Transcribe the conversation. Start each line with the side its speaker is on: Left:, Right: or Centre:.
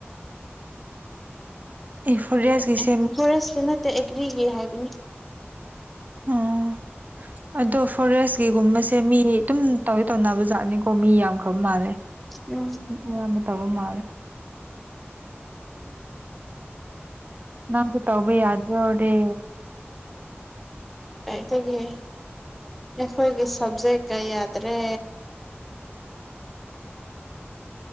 Right: ꯑꯦ ꯐꯣꯔꯦꯁꯀꯤꯁꯦ
Centre: ꯑꯦ ꯐꯣꯔꯦꯁꯀꯤ ꯅꯠꯇꯦ ꯑꯦꯒ꯭ꯔꯤꯒꯤ ꯍꯥꯏꯕꯅꯦ
Right: ꯑꯣ ꯑꯗꯣ ꯐꯣꯔꯦꯁꯒꯤꯒꯨꯝꯕꯁꯤ ꯁꯦ ꯃꯤ ꯑꯗꯨꯝ ꯇꯧꯗꯤ ꯇꯧꯅꯕꯖꯥꯠꯅꯤꯀꯣ ꯃꯤ ꯌꯥꯝꯈ꯭ꯔꯕ ꯃꯥꯜꯂꯦ
Centre: ꯎꯝ
Right: ꯑꯌꯥꯝꯕ ꯇꯧꯕ ꯃꯥꯜꯂꯦ ꯅꯁꯨ ꯇꯧꯕ ꯌꯥꯗꯔꯣ
Centre: ꯀꯥꯏꯗꯒꯤ ꯑꯩꯈꯣꯏꯒꯤ ꯁꯕꯖꯦꯛꯀ ꯌꯥꯗ꯭ꯔꯦ